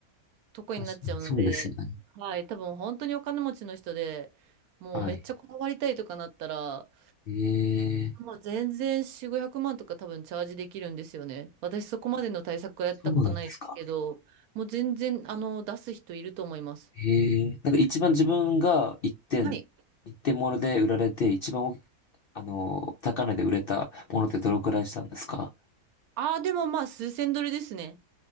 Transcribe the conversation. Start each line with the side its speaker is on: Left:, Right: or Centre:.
Right: とこになっちゃうので、
Left: 確かに、そうですよね。
Right: はい、多分本当にお金持ちの人で、もうめっちゃこだわりたいとかなったら、
Left: はい。ええ、
Right: もう全然4、500万とか多分チャージできるんですよね。私そこまでの対策はやったことないですけど、
Left: そうなんですか。
Right: もう全然、あの、出す人いると思います。
Left: ええ、なんか一番自分が一点、
Right: はい。
Left: 一点物で売られて、一番大きあの、高値で売れたものってどのくらいしたんですか
Right: ああ、でもまあ数千ドルですね。